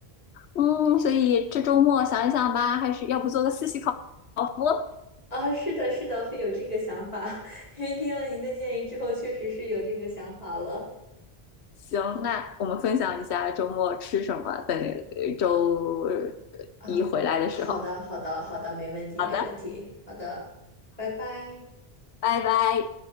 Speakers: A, on the left; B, on the left.
A: 嗯，所以这周末想一想吧，还是要不做个四喜烤烤麸？
B: 啊，是的，是的，会有这个想法，<laughs> 因为听了您的建议之后，确实是有这个想法了。
A: 行，那我们分享一下周末吃什么，等呃周
B: 啊，
A: 一回来的时候。
B: 好的，好的，好的，没问题，
A: 好的，
B: 没问题。好的，拜拜。
A: 拜拜。